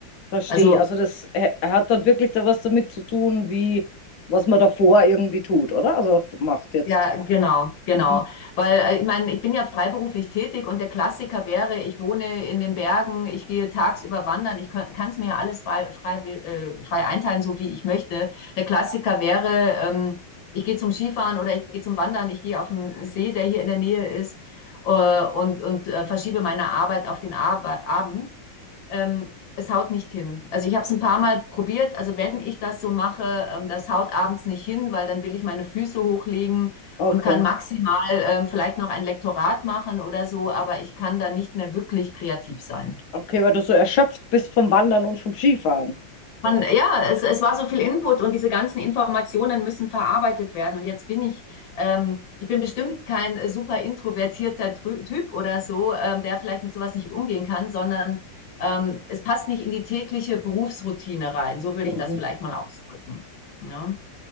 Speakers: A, on the left (about 60°); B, on the left (about 85°).
A: Verstehe.
B: Also
A: Also das hä- hat dann wirklich da was damit zu tun, wie was man davor irgendwie tut, oder? Also f- macht jetzt.
B: Ja, genau, genau.
A: Mhm.
B: Weil äh, ich meine, ich bin ja freiberuflich tätig und der Klassiker wäre, ich wohne in den Bergen, ich gehe tagsüber wandern, ich kann es mir ja alles frei, frei, äh, frei einteilen, so wie ich möchte. Der Klassiker wäre, ähm, ich gehe zum Skifahren oder ich gehe zum Wandern, ich gehe auf den See, der hier in der Nähe ist, äh, und, und äh, verschiebe meine Arbeit auf den Ab Abend. Ähm, es haut nicht hin. Also ich habe es ein paar Mal probiert. Also wenn ich das so mache, ähm, das haut abends nicht hin, weil dann will ich meine Füße hochlegen
A: Okay.
B: und kann maximal ähm, vielleicht noch ein Lektorat machen oder so, aber ich kann dann nicht mehr wirklich kreativ sein.
A: Okay, weil du so erschöpft bist vom Wandern und vom Skifahren.
B: Man, ja, es, es war so viel Input und diese ganzen Informationen müssen verarbeitet werden. Und jetzt bin ich, ähm, ich bin bestimmt kein äh, super introvertierter Typ oder so, ähm, der vielleicht mit sowas nicht umgehen kann, sondern ähm, es passt nicht in die tägliche Berufsroutine rein. So würde
A: Mhm.
B: ich das vielleicht mal ausdrücken. Ne?